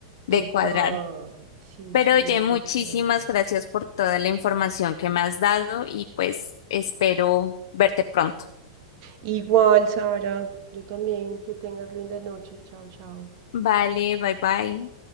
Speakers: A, on the left; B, on the right.
A: de
B: total,
A: cuadrar.
B: sí,
A: Pero
B: sí,
A: oye,
B: definitivamente.
A: muchísimas gracias por toda la información que me has dado y pues espero verte pronto.
B: Igual, Sara, yo también, que tengas linda noche. Chao, chao.
A: Vale, bye bye.